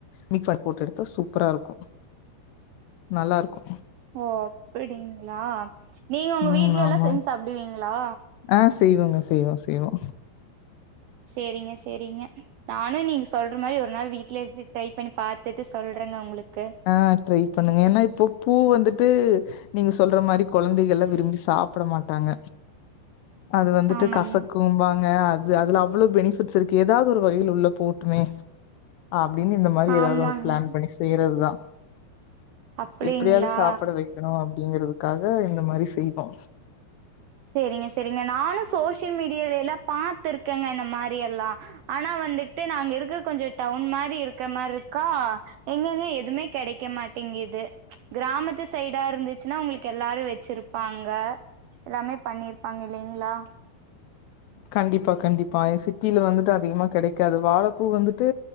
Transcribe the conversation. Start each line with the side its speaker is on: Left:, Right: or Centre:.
Left: மிக்ஸ் பண்ணி போட்டு எடுத்தா சூப்பரா இருக்கு நல்லா இருக்கு
Right: ஓ அப்படிங்கிளா நீங்க உங்க
Left: ம்
Right: வீட்லெல்லா
Left: ஆமாம்
Right: செஞ்ச் சாப்டுவீங்களா
Left: ஆ செய்வோங்க செய்வோ செய்வோ
Right: செரிங்க செரிங்க நானு நீங்க சொல்ற மாரி ஒரு நாள் வீட்ல எடுத்து ட்ரை பண்ணி பாத்துட்டு சொல்றேங்க உங்களுக்கு
Left: ஆ ட்ரை பண்ணுங்க ஏனா இப்போ பூ வந்துட்டு நீங்க சொல்ற மாரி கொழந்தைகள்லா விரும்பி சாப்பட மாட்டாங்க அது வந்துட்டு
Right: ஆமாங்க
Left: கசக்கும்பாங்க அ து அதுல அவ்ளோ பெனிஃபிட்ஸ் இருக்கு எதாது ஒரு வகைல உள்ள போட்டுமே அப்டின்னு இந்த மாரி எதாவ்து
Right: ஆமாங்க
Left: ஒரு ப்ளான் பண்ணி செய்யறதுதா
Right: அப்டிங்களா
Left: எப்டியாது சாப்புட வெய்க்கணு அப்டிங்கறதுக்காக இந்த மாரி செய்வோ
Right: சேரிங்க சேரிங்க நானு சோசியல் மீடியாலல்லா பாத்துருக்கேங்க இந்த மாரி எல்லா ஆனா வந்துட்டு நாங்க இருக்க கொஞ்ச டவுன் மாரி இருக்க மார் இருக்கா எங்கேங்க எதுமே கெடைக்க மாட்டேங்கிது கிராமத்து சைடா இருந்துச்சுன்னா உங்களுக்கு எல்லாரு வச்சுருப் பாங்க எல்லாமே பண்ணிருப்பாங்க இல்லீங்கிளா
Left: கண்டிப்பா கண்டிப்பா ய சிட்டில வந்துட்டு அதிகமா கெடைக்காது வாழப்பூ வந்துட்டு